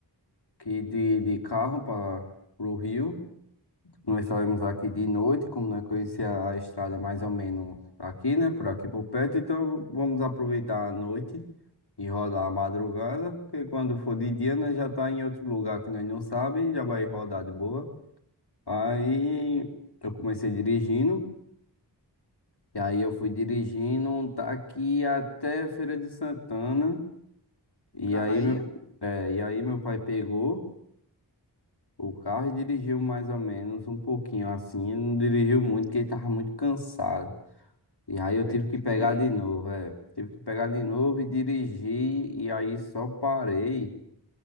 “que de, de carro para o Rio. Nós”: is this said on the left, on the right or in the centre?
Left